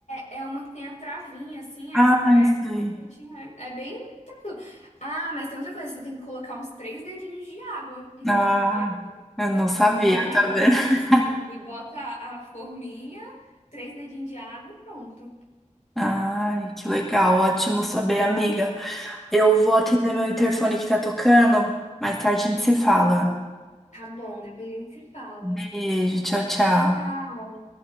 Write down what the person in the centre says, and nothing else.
Ah,
isso aí.
Ah,
eu não sabia,
tá
vendo? <laughs>
Ai, que legal. Ótimo saber, amiga. Eu vou
atender meu interfone que tá tocando. Mais tarde a gente se fala.
Beijo, tchau, tchau.